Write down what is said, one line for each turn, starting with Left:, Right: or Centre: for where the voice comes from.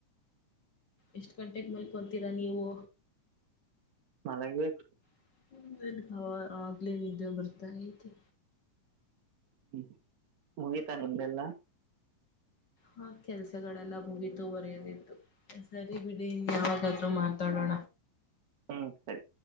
Left: ಎಷ್ಟ್ ಗಂಟೆಗೆ ಮಲ್ಕೊತೀರಾ ನೀವು.
Right: ಮಲಗಬೇಕು.
Left: <unintelligible> ಆಗ್ಲೇ ನಿದ್ದೆ ಬರ್ತಾ ಐತೆ.
Right: ಹ್ಮ್ ಮುಗೀತಾ ನಿಮ್ದೆಲ್ಲಾ.
Left: ಹ್ಮ್ಮ್ ಕೆಲಸಗಳೆಲ್ಲ ಮುಗಿತು ಬರಯೋದಿತ್ತು ಸರಿ ಬಿಡಿ ಇನ್ ಯಾವಾಗಾದ್ರೂ ಮಾತಾಡೋನಾ.
Right: <inaudible> ಹ್ಮ್ಮ್ ಸರಿ.